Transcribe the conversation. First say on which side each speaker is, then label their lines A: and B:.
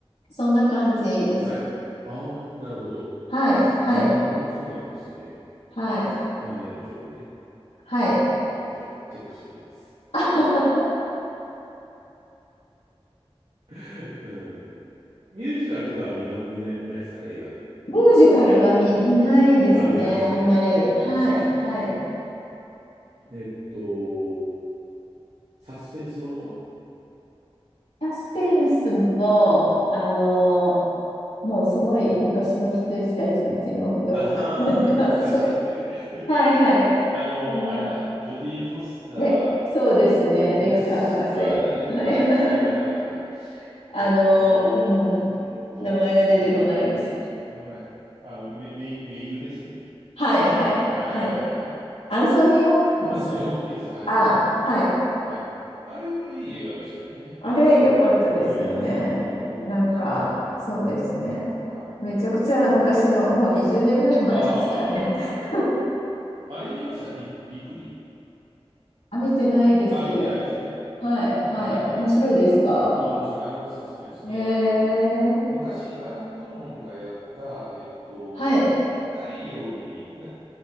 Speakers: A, on the left; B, on the right.
A: そんな感じです。
B: はい。ああ、なるほど。
A: はい、はい、
B: うーん、そうなんですね。
A: はい、
B: 涙の情報ね。
A: はい。
B: ちょっとチェックしておきます。
A: <laughs>
B: <laughs> うん。ミュージカルとかは見ま、見ない、見ないですか映画の。
A: ミュージカルは見、見ないですね、
B: あ、見ないですね。
A: あんまり。はい、
B: うん、うん、
A: はい。
B: うん、うん。えっと、サスペンスものは
A: サスペンスも、あのもうすごい昔の羊たちの沈黙とか、
B: ああー、
A: <laughs> なんか、
B: 懐かしい。
A: そう、
B: <laughs>
A: はいはい。
B: あの、
A: そんな、
B: あれだ。ジョディ・フォスタ
A: で、そうですね、
B: ーです。
A: レクター博士。
B: あ、レクター博士は誰だっけな。
A: はい、<laughs> あのうん、
B: えっと、うんと、
A: 名前が出てこないです。
B: 出てこない。出てこない。あの、め、め、名優ですよね。
A: はいはい、
B: はいはいはいはいはい。
A: はい。アンソニー・ホプキンス。
B: アンソニー・ホプキンス、はいはいはい。
A: あ、はい。
B: はい。あれもいい映画でしたよね。
A: あれ、良かったですよね。
B: うん、印象に残ってますよね。
A: なんか、そうですね。
B: はい。
A: めちゃくちゃ昔の、もう20年ぐらい前ですかね。
B: ああ、ああ、
A: <laughs>
B: はいはい。あれ見ましたリ、リプリー。
A: あ、見てないです。
B: ああ、見てないですね。
A: はい、はい。
B: はいはいはいはい。
A: 面白いですか
B: あ、面白い。あれもサスペンスで、
A: ええ
B: あの、昔、アラン・ドロンがやった、えっと、
A: はい。
B: 太陽に、え